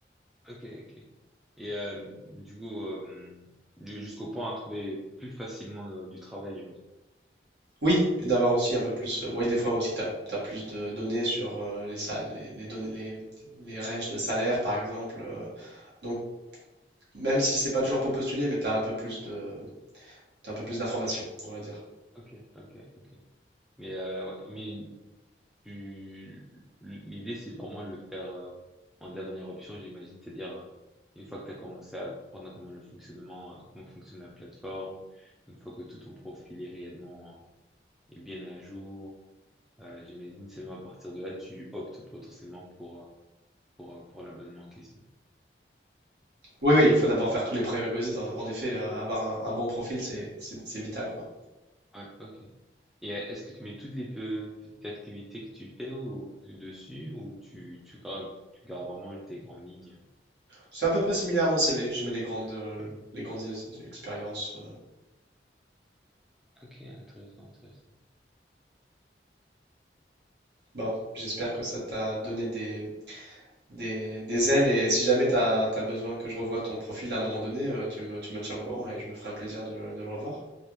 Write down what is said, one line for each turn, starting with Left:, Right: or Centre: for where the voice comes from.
Centre: ok, ok. Et euh, du coup, euh, ju- jusqu'au point à trouver plus facilement euh, du travail, j'imagine.
Right: Oui, et d'avoir aussi un peu plus. euh, Oui, des fois aussi, tu as, plus de données sur euh, les, sal- les, les, don- les, les ranges de salaire, par exemple. euh, donc, même si c'est pas toujours pour postuler, mais tu as un peu plus de, t'as un peu plus d'informations, on va dire.
Centre: Ok, ok, ok. Mais euh, ouais, mais tu- L'idée, c'est vraiment de le faire euh, en dernière option, j'imagine, c'est-à-dire euh, une fois que tu as commencé à comprendre comment le fonctionnement, euh, comment fonctionne la plateforme, une fois que tout ton profil est réellement euh, est bien à jour, euh, j'imagine seulement à partir de là, tu optes potentiellement pour euh, pour euh, pour l'abonnement en question.
Right: Oui, oui, il faut d'abord faire tous les prérequis. En, en effet, euh,
Centre: Ouais,
Right: avoir un, un bon profil, c'est c'est- c'est vital, quoi.
Centre: ouais, ok. Et euh, est-ce que tu mets toutes les pe- petites activités que tu fais au, dessus ou tu tu gardes tu gardes vraiment tes grandes lignes?
Right: C'est à peu près similaire à mon CV. Je mets les grandes, euh,
Centre: Ok,
Right: les grandes ex- expériences. euh.
Centre: Ok, intéressant, intéressant.
Right: Bon, j'espère que ça t'a donné des, des, des ailes et si jamais tu as, besoin que je revoie ton profil à un moment donné, euh, tu me, tu me tiens au courant et je me ferai un plaisir de, de le revoir.